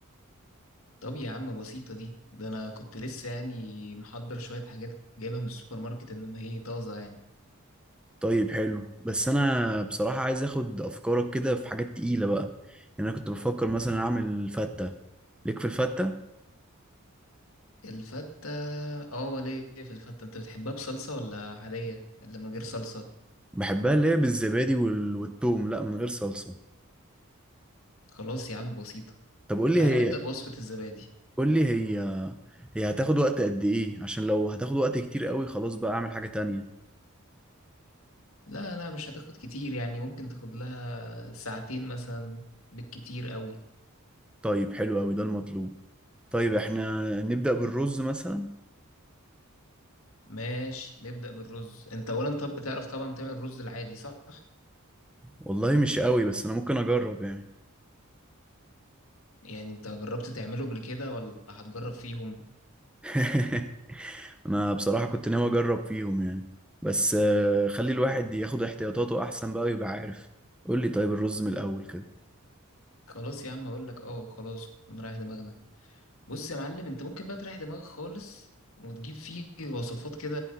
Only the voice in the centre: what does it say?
طيب حلو بس انا بصراحة عايز اخد افكارك كده في حاجات تقيلة بقى يعني انا كنت بفكر مثلا اعمل فتة ليك في الفتة؟
بحبها اللي هي بالزبادي وال... والثوم لا من غير صلصة
طب قول لي
هي
قول لي هي هي هتاخد وقت قد ايه عشان لو هتاخد وقت كتير قوي خلاص بقى اعمل حاجة تانية
طيب حلو قوي ده المطلوب طيب احنا نبدأ بالرز مثلا
والله مش قوي بس انا ممكن اجرب يعني
<laughs> انا بصراحة كنت ناوي اجرب فيهم يعني بس آه، خلي الواحد ياخد احتياطاته احسن بقى ويبقى عارف قول لي طيب الرز من الاول كده